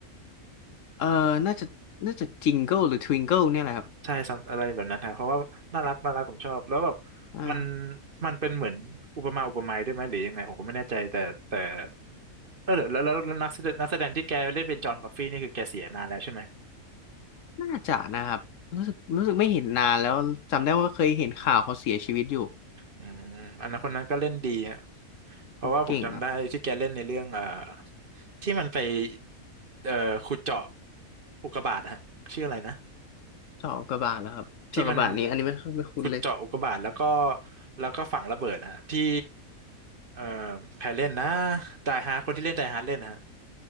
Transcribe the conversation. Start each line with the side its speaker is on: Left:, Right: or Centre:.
Left: เออน่าจะน่าจะจิงเกิลหรือทวิงเกิลเนี่ยแหละครับ
Right: ใช่ some- อะไรแบบนั้นฮะเพราะว่าน่ารักน่ารักผมชอบแล้วแบบ
Left: อ่า
Right: มันมันเป็นเหมือนอุปมาอุปไมยด้วยไหมหรือยังไงผมก็ไม่แน่ใจแต่แต่เออแล้วแล้วแล้วแล้วนักแสดงนักแสดงที่แกเล่นเป็นจอห์นคอฟฟี่นี่คือแกเสียนานแล้วใช่ไหม
Left: น่าจะนะครับรู้สึกรู้สึกไม่เห็นนานแล้วจำได้ว่าเคยเห็นข่าวเขาเสียชีวิตอยู่
Right: อืมอันนั้นคนนั้นก็เล่นดีฮะเพราะว่าผมจำได้ที่แกเล่นในเรื่องเอ่อ
Left: โอ้เก่งครับ
Right: ที่มันไปเอ่อขุดเจาะอุกกาบาตฮะชื่ออะไรนะ
Left: เจาะอุกกาบาตแล้วครับเจาะอุกกาบาตนี้อันนี้ไม่ไม่คุ้นเลย
Right: ที่มันขุดเจาะอุกกาบาตแล้วก็แล้วก็ฝังระเบิดนะฮะที่เอ่อใครเล่นนะไดฮาร์คนที่เล่นไดฮาร์เล่นนะฮะ